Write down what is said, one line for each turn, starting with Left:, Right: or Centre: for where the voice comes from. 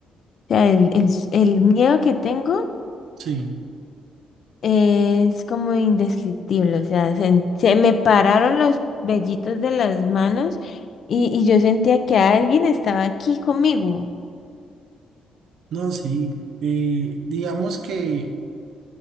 Left: o sea, el, el, s- el miedo que tengo
Right: Sí,
Left: es como indescriptible, o sea, se, se me pararon los vellitos de las manos y, y yo sentía que alguien estaba aquí conmigo.
Right: no, sí. eh, digamos que